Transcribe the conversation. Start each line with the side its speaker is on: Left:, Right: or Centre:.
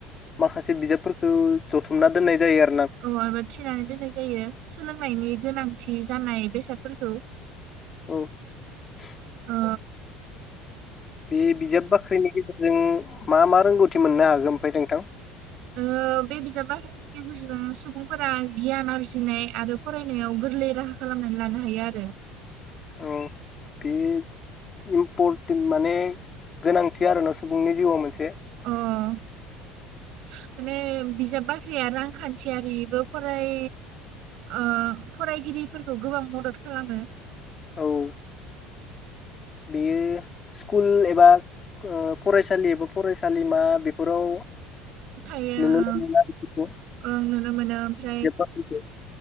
Left: माखासे बिजाबफोरख खौ जथुमना दोननाय जायो आ
Right: औ एबा थिनानै दोननाय जायो सोलोंनायनि गोनांथि जानाय बेसाद फोरखौ
Left: <inaudible>
Right: ओ
Left: बे बिजाब बाख्रिनि गेजेरजों मा मा रोंगौथि मोननो हागोन ओमफ्राय नोंथां?
Right: ओ बे बिजाब बाख्रिनि गेजेरजों सुबुंफोरा गियान आरजिनाय आरो फरायनायाव गोरलै राहा खालामनानै लानो हायो आरो
Left: औ बे इम्परटेन्ट माने गोनांथि आरो न‍' सुबुंनि जिउआव मोनस
Right: अ माने बिजाब बाख्रिया रांखान्थियारि बो फराय ओ फरायगिरिफोरखौ गोबां मदद खालामो।
Left: औ बेयो स्कुल एबा ओ फरायसालि एबा फरायसालिमा बेफोराव
Right: थायो
Left: नुनो
Right: ओं।
Left: मोनोना बेफोरखौ
Right: ओं नुनो मोनो ओमफ्राय
Left: बिजाब बाख्रिखौ